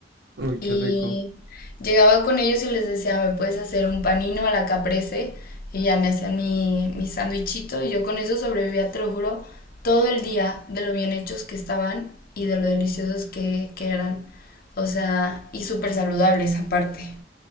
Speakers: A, on the right (about 65°); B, on the left (about 50°).
A: Uy,
B: Y
A: qué rico.
B: llegaba con ellos y les decía, ¿me puedes hacer un panino a la caprese? Y ya me hacían mi, mi sandwichito y yo con eso sobrevivía, te lo juro, todo el día de lo bien hechos que estaban y de lo deliciosos que, que eran. O sea, y súper saludables aparte,